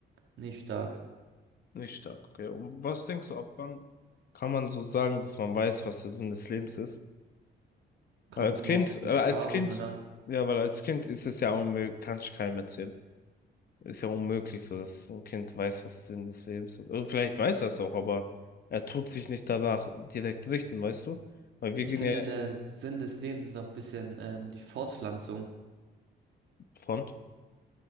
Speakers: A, on the right; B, on the left.
A: Nicht stark.
B: Nicht stark, okay. Und was denkst du, ab wann kann man so sagen, dass man weiß, was der Sinn des Lebens ist?
A: Kommt
B: Weil als
A: immer
B: Kind,
A: auf die
B: äh, als
A: Erfahrungen
B: Kind,
A: an.
B: ja, weil als Kind ist es ja unmöglich, kannst du keinem erzählen. Ist ja unmöglich so, dass ein Kind weiß, was Sinn des Lebens ist. Oder vielleicht weiß er es auch, aber er tut sich nicht danach direkt richten, weißt du? Weil wir
A: Ich
B: gehen
A: finde,
B: ja
A: der Sinn des Lebens ist auch ein bisschen ähm, die Fortpflanzung.
B: von.